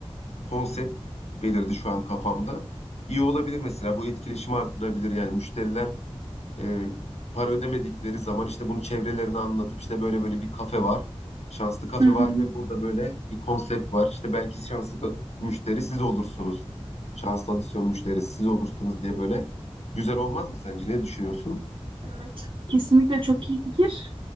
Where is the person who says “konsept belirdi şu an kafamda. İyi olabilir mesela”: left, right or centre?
Left